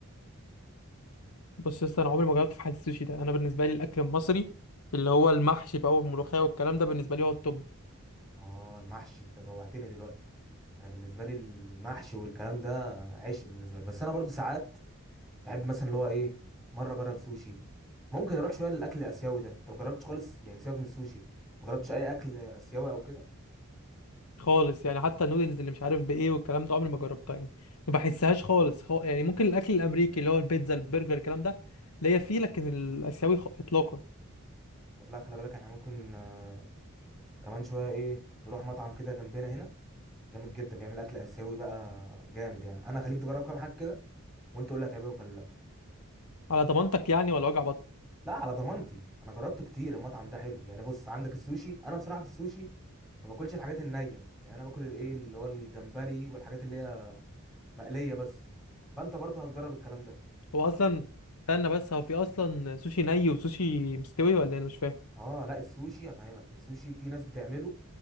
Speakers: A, on the left (about 85°); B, in the centre.
A: بص يا اسطى انا عمري ما جربت في حياتي السوشي ده انا بالنسبه لي الاكل المصري اللي هو المحشي بقى والملوخيه والكلام ده بالنسبه لي هو التوب
B: اه المحشي انت جوعتني دلوقتي انا بالنسبه لي المحشي والكلام ده عشق بالنسبه لي بس انا برضو ساعات بحب مثلا اللي هو ايه مره اجرب سوشي ممكن اروح شويه للاكل الاسيوي ده انت ما جربتش خالص يعني سيبك من السوشي ما جربتش اي اكل اسيوي او كده
A: خالص يعني حتى النودلز اللي مش عارف بايه والكلام ده عمري ما جربتها يعني ما بحسهاش خالص خو... يعني ممكن الاكل الامريكي اللي هو البيتزا البرجر الكلام ده ليا فيه لكن الاسيوي خ... اطلاقا
B: طب لا خلي بالك احنا ممكن آه، كمان شويه ايه نروح مطعم كده جنبنا هنا جامد جدا بيعمل اكل اسيوي بقى جامد يعني انا هخليك تجرب كام حاجه كده وانت قول لي هتعجبك ولا لا
A: على ضمانتك يعني ولا وجع بطن
B: لا على ضمانتي انا جربته كتير المطعم ده حلو يعني بص عندك السوشي انا بصراحه في السوشي ما باكلش الحاجات النيه يعني انا باكل الايه اللي هو الجمبري والحاجات اللي هي مقليه بس فانت برضه هتجرب الكلام ده
A: هو اصلا استنى بس هو في اصلا سوشي ني وسوشي مستوي ولا إيه؟ انا مش فاهم
B: اه لا السوشي افهمك السوشي في ناس بتعمله